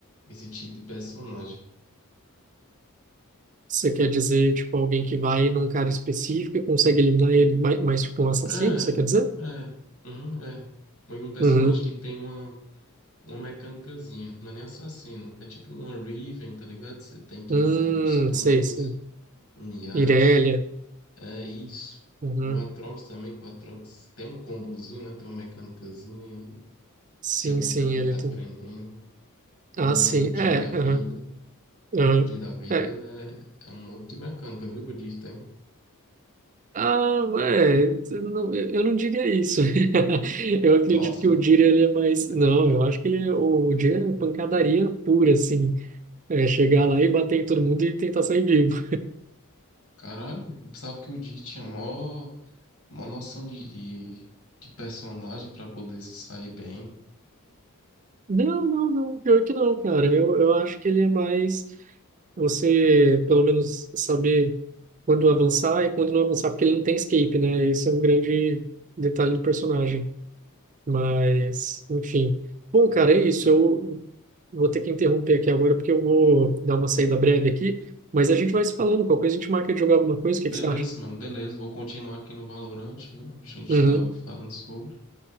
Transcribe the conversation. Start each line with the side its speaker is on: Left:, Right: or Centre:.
Left: esse tipo de personagem.
Right: Você quer dizer, tipo, alguém que vai num cara específico e consegue eliminar ele, mas, mas tipo, um assassino,
Left: É,
Right: você quer dizer?
Left: é, uhum, é. Foi um personagem
Right: Uhum.
Left: que tem uma, uma mecânicazinha, não é nem assassino, é tipo uma Riven, tá ligado? Você tem que
Right: Hum,
Left: saber os combos,
Right: sei, sei.
Left: um Yasuo,
Right: Irelia.
Left: é isso.
Right: Uhum.
Left: Um Atrox também, que o Atrox tem um combozinho, né? Tem uma mecânicazinha aí,
Right: Sim,
Left: que é bom
Right: sim,
Left: pra quem
Right: ele
Left: tá
Right: tem.
Left: aprendendo. Não
Right: Ah, sim.
Left: é o Di
Right: É,
Left: da vida.
Right: aham, aham.
Left: O Di da vida
Right: É,
Left: é, é um monte de mecânica, viu? Que o Di tem.
Right: Ah, é, eu não eu não diria isso. <laughs> Eu acredito
Left: Nossa,
Right: que o
Left: né?
Right: Dira ele é mais. Não, eu acho que ele, é- o Dira é pancadaria pura, assim. É chegar lá e bater em todo mundo e tentar sair vivo.
Left: Caralho, eu pensava que o Di tinha mó. uma noção de, de, de personagem pra poder se sair bem.
Right: <laughs> Não, não, não, pior que não, cara. Eu, eu acho que ele é mais você, pelo menos, saber quando avançar e quando não avançar, porque ele não tem escape, né? Esse é um grande detalhe do personagem. Mas, enfim. Bom, cara, é isso. Eu vou ter que interromper aqui agora porque eu vou dar uma saída breve aqui. Mas a gente vai se falando. Qualquer coisa a gente marca de jogar alguma coisa. O que que
Left: Beleza,
Right: você acha?
Left: mano, beleza. Vou continuar aqui no Valorante, viu? A gente
Right: Uhum,
Left: tava falando sobre.